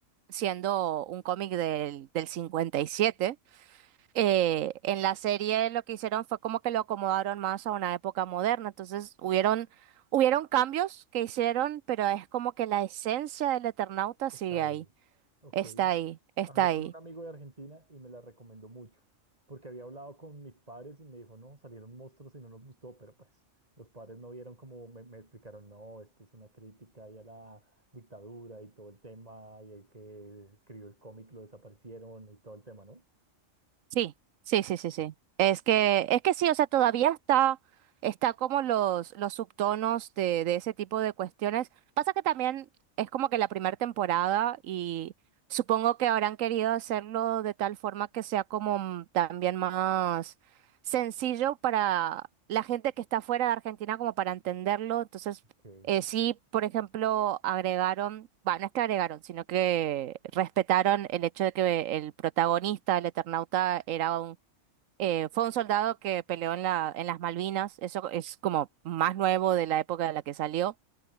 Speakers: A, on the right; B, on the right.
A: siendo un cómic del, del 57. Eh, en la serie lo que hicieron fue como que lo acomodaron más a una época moderna, entonces hubieron, hubieron cambios que hicieron, pero es como que la esencia del Eternauta
B: Está
A: sigue
B: ahí.
A: ahí,
B: Ok.
A: está ahí, está
B: Hablé
A: ahí.
B: con un amigo de Argentina y me la recomendó mucho, porque había hablado con mis padres y me dijo, no, salieron monstruos y no nos gustó, pero pues los padres no vieron como me, me explicaron, no, esto es una crítica y a la dictadura y todo el tema y el que escribió el cómic lo desaparecieron y todo el tema, ¿no?
A: Sí, sí, sí, sí, sí. Es que, es que sí, o sea, todavía está, está como los, los subtonos de, de ese tipo de cuestiones. Pasa que también es como que la primera temporada y supongo que habrán querido hacerlo de tal forma que sea como m- también más sencillo para la gente que está fuera de Argentina como para entenderlo. Entonces
B: Ok.
A: eh, sí, por ejemplo, agregaron, bueno, no es que agregaron, sino que respetaron el hecho de que el protagonista, el Eternauta, era un, eh, fue un soldado que peleó en la, en las Malvinas. Eso es como más nuevo de la época de la que salió.